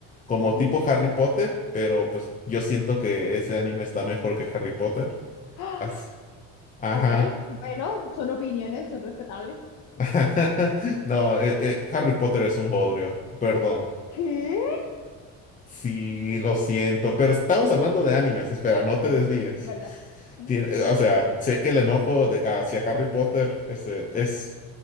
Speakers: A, on the left; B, on the left.
A: como tipo
B: Ujú.
A: Harry
B: <gasps>
A: Potter, pero pues yo siento que ese anime está mejor que Harry Potter.
B: Ah,
A: Así- Ajá.
B: ok, bueno, son opiniones, son respetables.
A: <laughs> No, eh, eh, Harry Potter es un bodrio, perdón.
B: ¿Qué?
A: Sí, lo siento, pero estamos hablando de animes, espera, no
B: Bueno,
A: te desvíes.
B: ¿verdad? Ujú.
A: Tien- eh, o sea, sé que el enojo de- hacia Harry Potter este, es